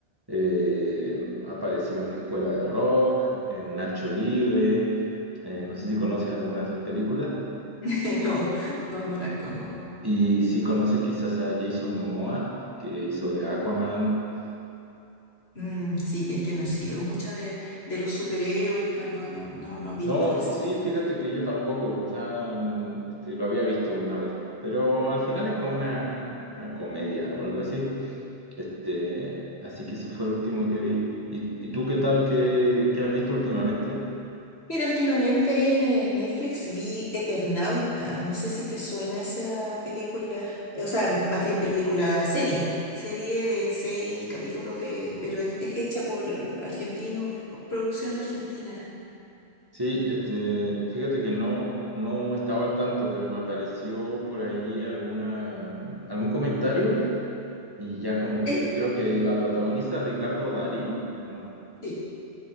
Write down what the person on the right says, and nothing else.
eh, apareció en Escuela de Rock, en Nacho Libre, eh, no sé si conoces alguna de esas películas,
y si conoces quizás a Jason Momoa, que hizo de Aquaman,
No,
pues sí, fíjate que yo tampoco, o sea, mm, este, lo había visto una vez, pero al final es como una, una comedia o algo así. Este, así que eso fue el último que vi. ¿Y, y tú qué tal? ¿Qué, qué has visto últimamente?
Sí, este, fíjate que no, no estaba al tanto, pero me apareció por ahí alguna, algún comentario y ya como
que creo que la protagoniza Ricardo Darín, ¿o no?